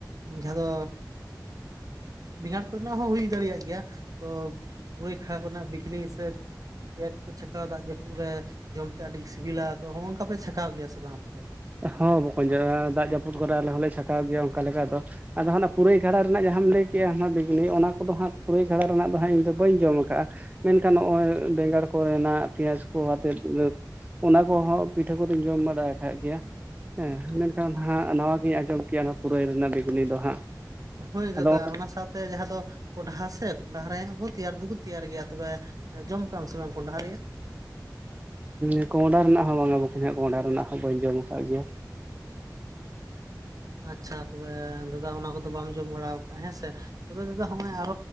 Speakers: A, on the right; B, on the right.
A: ᱡᱟᱦᱟᱸ ᱫᱚ ᱵᱮᱸᱜᱟᱲ ᱠᱚ ᱨᱮᱱᱟᱜ ᱦᱚᱸ ᱦᱩᱭ ᱫᱟᱲᱮᱭᱟᱜ ᱜᱮᱭᱟ ᱛᱚ ᱯᱩᱨᱟᱹᱭ ᱠᱷᱲᱟ ᱠᱚ ᱨᱮᱱᱟᱜ ᱵᱜᱽᱱᱤ ᱥᱮᱼᱼ ᱯᱮᱸᱭᱟᱡᱽ ᱠᱚ ᱪᱷᱟᱠᱟᱣ ᱫᱟᱜ ᱡᱟᱹᱯᱩᱫ ᱨᱮ ᱡᱚᱢᱛᱮ ᱟᱹᱰᱤ ᱥᱤᱵᱤᱞᱟ ᱛᱚ ᱦᱚᱸᱝᱠᱟ ᱯᱮ ᱪᱷᱟᱠᱟᱣ ᱜᱮᱭᱟ ᱥᱮ ᱵᱟᱝ ᱟᱯᱮ ᱫᱚ?
B: ᱦᱚᱸ ᱵᱚᱠᱚᱧ ᱫᱟᱜ ᱡᱟᱹᱯᱩᱫ ᱠᱚᱨᱮ ᱟᱞᱮ ᱦᱚᱸᱞᱮ ᱪᱷᱟᱠᱟᱣ ᱜᱮᱭᱟ ᱚᱱᱠᱟ ᱞᱮᱠᱟ ᱫᱚ᱾ ᱟᱫᱚ ᱦᱟᱱᱟ ᱚᱱᱟ ᱯᱩᱨᱟᱹᱭ ᱠᱷᱟᱰᱟ ᱨᱮᱱᱟᱜ ᱡᱟᱦᱟᱸᱢ ᱞᱟᱹᱭ ᱠᱮᱫᱜᱼᱟ ᱦᱟᱱᱟ ᱵᱜᱽᱱᱤ ᱚᱱᱟ ᱠᱚᱫᱚ ᱦᱟᱸᱜ ᱯᱩᱨᱟᱹᱭ ᱠᱷᱟᱰᱟ ᱨᱮᱱᱟᱜ ᱫᱚ ᱦᱟᱸᱜ ᱤᱧᱫᱚ ᱵᱟᱹᱧ ᱡᱚᱢ ᱟᱠᱟᱟᱜᱼᱟ᱾ ᱢᱮᱱᱠᱷᱟᱱ ᱱᱚᱜᱼᱚᱭ ᱵᱮᱸᱜᱟᱲ ᱠᱚᱨᱮᱱᱟᱜ ᱯᱮᱸᱭᱟᱡᱽ ᱠᱚ ᱟᱛᱮᱫ ᱚᱱᱟ ᱠᱚᱦᱚᱸ ᱯᱤᱴᱷᱟᱹ ᱠᱚᱫᱚᱧ ᱡᱚᱢ ᱵᱟᱲᱟ ᱟᱠᱟᱫ ᱜᱮᱭᱟ᱾ ᱦᱮᱸ ᱢᱮᱱ ᱠᱷᱟᱱ ᱦᱟᱸᱜ ᱱᱟᱣᱟ ᱜᱤᱧ ᱟᱸᱡᱚᱢ ᱠᱮᱭᱟ ᱚᱱᱟ ᱯᱩᱨᱟᱹᱭ ᱨᱮᱱᱟᱜ ᱵᱮᱜᱩᱱᱤ ᱫᱚ ᱦᱟᱸᱜ᱾
A: ᱦᱳᱭ
B: ᱟᱫᱚ
A: ᱫᱟᱫᱟ ᱚᱱᱟ ᱥᱟᱶᱛᱮ ᱡᱟᱦᱟᱸ ᱫᱚ ᱠᱚᱸᱰᱷᱟ ᱥᱮ ᱠᱚᱸᱰᱟ ᱨᱮᱭᱟᱜ ᱦᱚᱸ ᱠᱚ ᱛᱮᱭᱟᱨ ᱫᱚᱠᱚ ᱛᱮᱭᱟᱨ ᱜᱮᱭᱟ ᱛᱚᱵᱮ ᱡᱚᱢ ᱟᱠᱟᱢ ᱥᱮ ᱵᱟᱝ ᱠᱚᱰᱷᱟ ᱨᱮᱭᱟᱜ?
B: ᱩ ᱠᱚᱸᱦᱚᱰᱟ ᱨᱮᱱᱟᱜ ᱦᱚᱸ ᱵᱟᱝᱟ ᱵᱚᱠᱚᱧ ᱠᱚᱸᱦᱚᱰᱟ ᱨᱮᱱᱟᱜ ᱦᱚᱸ ᱵᱟᱹᱧ ᱡᱚᱢ ᱟᱠᱟᱫ ᱜᱮᱭᱟ᱾
A: ᱟᱪᱪᱷᱟ ᱛᱚᱵᱮ ᱫᱟᱫᱟ ᱚᱱᱟ ᱠᱚᱫᱚ ᱵᱟᱢ ᱡᱚᱢ ᱵᱟᱲᱟ ᱟᱠᱟᱫᱟᱼᱟ ᱦᱮᱸᱥᱮ ᱛᱚᱵᱮ ᱫᱟᱫᱟ ᱦᱚᱸᱜᱚᱭ ᱟᱨ